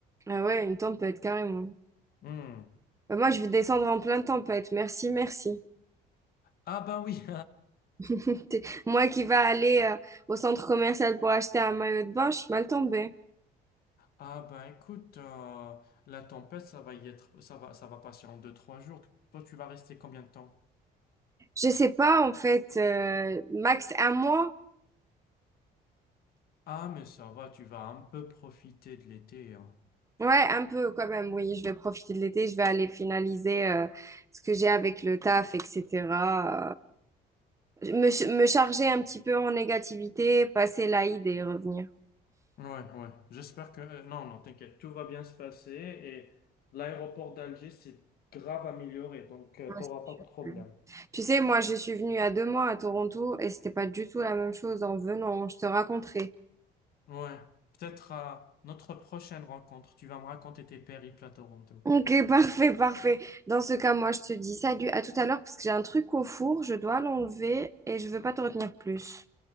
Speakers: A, on the right; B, on the left.
A: Ah ouais, une tempête, carrément.
B: Hmm.
A: Euh, Moi, je vais descendre en pleine tempête. Merci, merci.
B: Ah ben oui.
A: <laughs>
B: <laughs>
A: Moi qui va aller euh, au centre commercial pour acheter un maillot de bain, je suis mal tombée.
B: Ah ben écoute, euh, la tempête, ça va y être, ça va, ça va passer en deux, trois jours. Toi, tu vas rester combien de temps?
A: Je sais pas, en fait, euh, max un mois.
B: Ah mais ça va, tu vas un peu profiter de l'été. hein.
A: Ouais, un peu quand même, oui. Je vais profiter de l'été, je vais aller finaliser euh, ce que j'ai avec le taf, etc. Euh, me, ch- me charger un petit peu en négativité, passer l'Aïd et revenir.
B: Ouais, ouais. J'espère que... euh, Non, non, t'inquiète, tout va bien se passer et l'aéroport d'Alger s'est grave amélioré, donc euh,
A: Ouais,
B: t'auras
A: c'est super.
B: pas de problème.
A: Tu sais, moi, je suis venue à deux mois à Toronto et c'était pas du tout la même chose en venant, je te raconterai.
B: Ouais. Peut-être à notre prochaine rencontre, tu vas me raconter tes périples à Toronto.
A: Ok, parfait, parfait. Dans ce cas, moi, je te dis salut, à tout à l'heure, parce que j'ai un truc au four, je dois l'enlever et je veux pas te retenir plus.